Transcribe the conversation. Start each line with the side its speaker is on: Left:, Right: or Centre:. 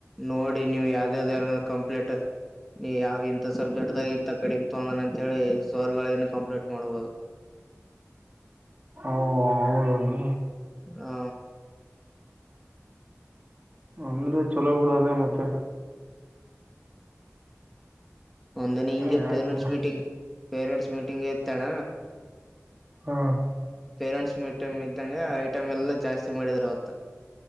Centre: ನೋಡಿ ನೀವು್ ಯಾವ್ದ್ಯ್ದ ಏನಾದ ಕಂಪ್ಲೀಟ್ ನೀ ಯಾವ ಇಂಥ ಸಬ್ಜೆಕ್ಟ್ ದಾಗ ಇಂಂತ ಕಡೆ ತೊಂದನ ಅಂತೇಳಿ ಸವರ್ಗಳ ನು ಕಂಪ್ಲೀಟ್ ಮಾಡ್ಬಹುದು <inaudible>
Right: ಒ ಹೌದೇನೋ
Centre: ಹಾ
Right: ಅಂದ್ರೆ ಚಲೋ ಬಿುಡ ಅದೇ ಮತ್ತೆ
Centre: ಒಂದನ ಹಿಂಗೆ
Right: ಹಾಂ
Centre: ಪೇರೆಂಟ್ಸ್ ಮೀಟಿಂಗ್ ಪೇರೆಂಟ್ಸ್ ಮೀಟಿಂಗ್ ಇತಣ
Right: ಹಾ
Centre: ಪೇರೆಂಟ್ಸ್ ಮೀಟಿಂಗ್ ಇದ್ದಂ ಐಟಮ್ ಎಲ್ಲ ಜಾಸ್ತಿ ಮಾಡಿದ್ರ ಅವತ್ತ